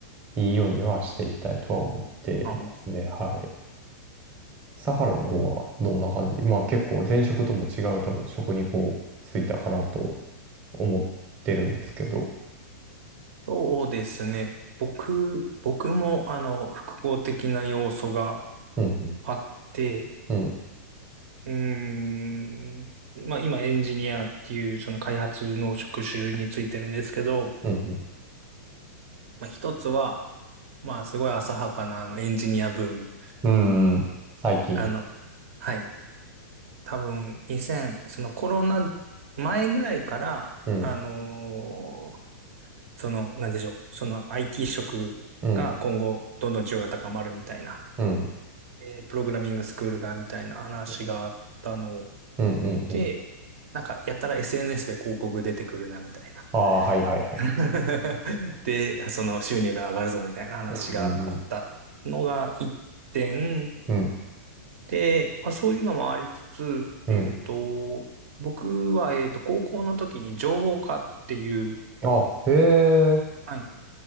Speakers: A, on the right; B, on the right.
A: いいようにはしていきたいとは思ってますね。
B: あの、
A: はい。サハラの方はどんな感じでまあ結構前職とも違う多分職にこうついたかなと思ってるんですけど。
B: そうですね。僕、僕も、あの、複合的な要素が
A: うん、
B: あって、
A: うん、
B: うーん、まあ、今、エンジニアっていう、その開発の職種についてるんですけど、
A: うん、
B: まあ、一つは、まあ、すごい浅はかな、あの、エンジニアブーム。
A: うん、うん、最近。
B: あの、はい。多分、2000、そのコロナ前ぐらいから、
A: うん、
B: あのーその、なんでしょう。その IT 職が今後、
A: うん、
B: どんどん需要が高まるみたいな、
A: うん、
B: えープログラミングスクールが、みたいな話があったの
A: うん、うん、うんうんうんうんうん最近うんうんうんうんうんうん
B: で、なんか、やたら SNS で広告出てくるな、みたいな。
A: ああ、はいはいはい。
B: <laughs> で、その収入が上がるぞ、みたいな話があったのが一点、
A: うん、うん、うん、うん。
B: で、まあ、そういうのもありつつ、
A: うん
B: えっと、僕は、えっと、高校の時に情報科っていう、
A: あ、へえ。
B: はい、